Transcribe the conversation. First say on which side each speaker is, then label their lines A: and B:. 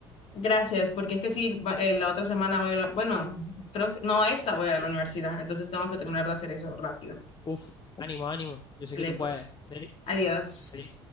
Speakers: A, on the left; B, on the left.
A: Gracias, porque es que sí, va- eh, la otra semana voy a la, bueno, creo que, no, esta voy a la universidad, entonces tengo que terminar de hacer eso rápido.
B: Uf, ánimo, ánimo. Yo sé
A: Dale,
B: que tú
A: pues,
B: puedes. Dale.
A: adiós.
B: Dale.